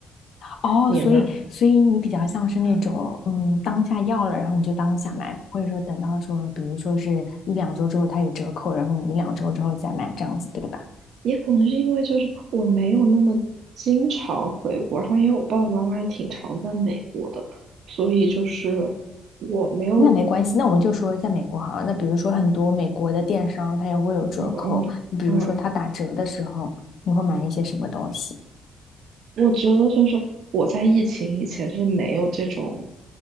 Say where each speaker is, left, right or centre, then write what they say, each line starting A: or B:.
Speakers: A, on the left; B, on the right.
A: 哦，
B: 你呢？
A: 所以所以你比较像是那种，嗯，当下要了，然后你就当下买，不会说等到说，比如说是一两周之后它有折扣，然后你一两周之后再买这样子，对吧？
B: 也可能是因为就是我没有那么经常回国，然后因为我爸爸妈妈也挺常在美国的，所以就是我没有，
A: 那没关系，那我们就说在美国好了，那比如说很多美国的电商它也会有折扣，
B: 嗯嗯，
A: 比如说它打折的时候，你会买一些什么东西？
B: 我觉得就是我在疫情以前是没有这种